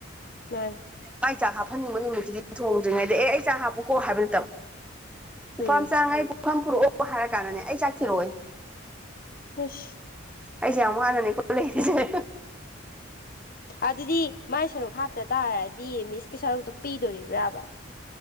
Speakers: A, on the left; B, in the centre.
A: ꯀꯩ
B: ꯃꯥ ꯆꯥꯛ ꯍꯥꯞꯍꯟꯅꯤꯡꯕ ꯅꯨꯃꯤꯠꯇꯨꯗꯤ ꯊꯣꯡꯗ꯭ꯔꯤꯉꯩꯗ ꯑꯦ ꯑꯩ ꯆꯥꯛ ꯍꯥꯞꯄꯨꯀꯣ ꯍꯥꯏꯕ ꯅꯠꯇꯕ ꯅꯨꯄꯥ
A: ꯎꯝ
B: ꯃꯆꯥꯉꯩ ꯄꯨꯡꯐꯝ ꯄꯨꯔꯛꯑꯣ ꯍꯥꯏꯔ ꯀꯥꯟꯗꯅꯦ ꯑꯩ ꯆꯥ ꯊꯤꯔꯛꯑꯣꯏꯌꯦ
A: ꯏꯁ
B: ꯑꯩꯖꯦ ꯌꯥꯝ ꯋꯥꯅꯅꯦꯀꯣ ꯂꯩꯔꯤꯁꯦ
A: ꯑꯗꯨꯗꯤ ꯃꯥꯏ ꯁꯔꯨꯛ ꯍꯥꯞꯇ ꯇꯥꯔꯗꯤ ꯃꯤꯁꯀꯤ ꯁꯔꯨꯛꯇꯣ ꯄꯤꯗꯧꯔꯤꯕ꯭ꯔꯥꯕ